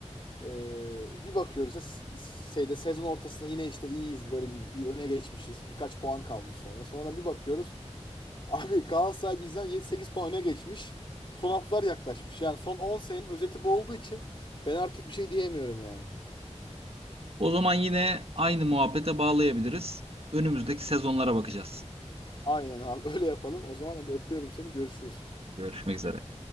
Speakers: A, on the left; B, on the right.
A: eee, bir bakıyoruz ya s- şeyde sezon ortasında yine işte iyiyiz. Böyle bir, bir öne geçmişiz. Birkaç puan kalmış sonra. Sonra bir bakıyoruz. <laughs> Abi Galatasaray bizden 7-8 puan öne geçmiş. Son haftalar yaklaşmış. Yani son 10 senenin özeti bu olduğu için ben artık bir şey diyemiyorum yani.
B: O zaman yine aynı muhabbete bağlayabiliriz. Önümüzdeki sezonlara bakacağız.
A: Aynen abi <laughs> öyle yapalım. O zaman ben de öpüyorum seni. Görüşürüz.
B: Görüşmek üzere.